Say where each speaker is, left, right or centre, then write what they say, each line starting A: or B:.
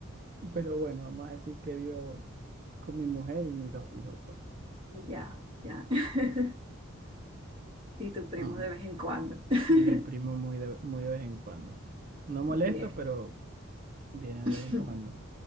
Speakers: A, on the right; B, on the right.
A: Pero bueno, vamos a decir que vivo con mi mujer y mis dos hijos, pues.
B: Ya, ya. <laughs> Y tu primo
A: Ah,
B: de vez en cuando. <laughs>
A: mi primo muy de, muy de vez en cuando. No molesta,
B: Bien.
A: pero viene
B: <laughs>
A: de vez en cuando.